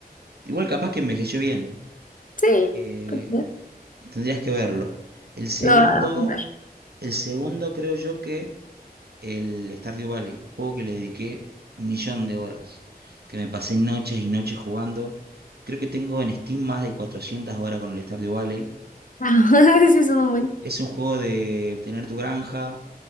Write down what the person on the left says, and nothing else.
Sí,
pues ya,
lo voy a apuntar. <laughs>
Ah, <laughs> sí, son un buen.